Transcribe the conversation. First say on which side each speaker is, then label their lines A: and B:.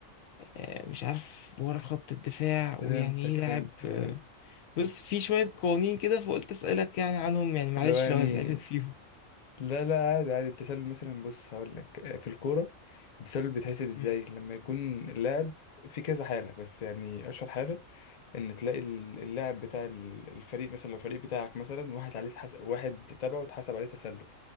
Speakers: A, on the left; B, on the left.
A: آه، مش عارف ورا خط الدفاع
B: فهمتك
A: ويعني ايه
B: فهمتك
A: لاعب آه،
B: فهمت
A: بص في شوية قوانين كده فقلت أسألك يعني عنهم يعني معلش
B: اللي هو يعني
A: لو هزعجك فيهم
B: لا لا عادي عادي التسلل مثلا بص هقول لك آه، في الكورة التسلل بيتحسب ازاي
A: مم.
B: لما يكون اللاعب في كذا حالة بس يعني أشهر حالة ان تلاقي ال- اللاعب بتاع ال- الفريق مثلا لو الفريق بتاعك مثلا واحد عليه اتحس- واحد تبعه اتحسب عليه تسلل